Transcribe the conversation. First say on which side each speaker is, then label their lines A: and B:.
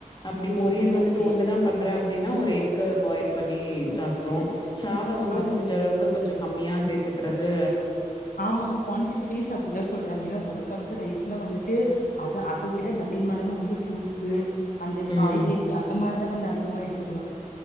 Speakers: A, on the left (about 30°); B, on the left (about 80°).
A: அப்டி பொரியல்
B: ஓகே
A: வந்துட்டு
B: ஓகே
A: ஒன்னுதா பண்றே அப்டினா ஒரு எக் க்க பாயில் பண்ணி சாப்ட்ருவோ சாத வந்து
B: ஆ
A: முடிஞ்ச அளவுக்கு கொஞ்ச கம்மியா சேத்துக்கிறது
B: ஆமாங்க குவாடிட்டி வைஸ் அப்டிதா சொல்றாங்க ஏனா ஒரு கப்பு ரைஸ்ல வந்துட்டு அத அத விட டபுள் மடங்கு வந்து ஃப்ரூட்டு அந்த
A: ம்
B: காய்கறி அந்த மாரி தா வந்து அதிகமா எடுத்